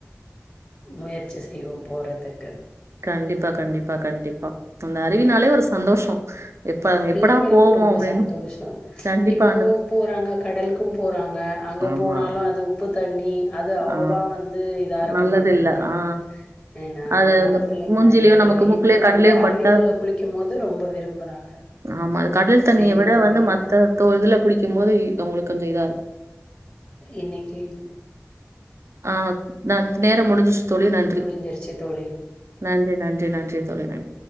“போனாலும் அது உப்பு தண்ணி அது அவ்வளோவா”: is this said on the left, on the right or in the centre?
Left